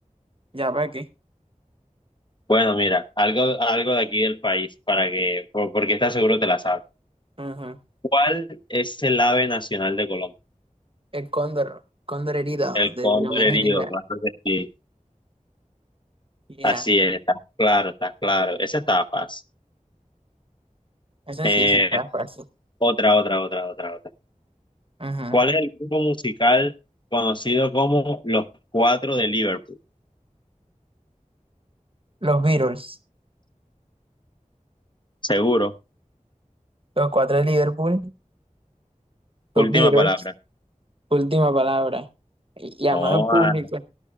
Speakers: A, on the right; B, on the left.
A: Ya para qué.
B: Bueno, mira, algo, algo de aquí del país para que, por- porque estás seguro te la sabes.
A: Ajá.
B: ¿Cuál es el ave nacional de Colombia?
A: El cóndor, cóndor herido
B: El
A: de
B: cóndor
A: Diomedes
B: herido,
A: Díaz.
B: claro que sí.
A: Ya,
B: Así es, está claro, está claro. Esa estaba fácil.
A: Eso
B: Eh,
A: sí se está fácil.
B: otra, otra, otra, otra, otra.
A: Ajá.
B: ¿Cuál es el grupo musical conocido como Los Cuatro de Liverpool?
A: Los Beatles,
B: Seguro.
A: los cuatro de Liverpool,
B: Última
A: los Beatles,
B: palabra.
A: última palabra. Y y además
B: Oh,
A: al público.
B: ah,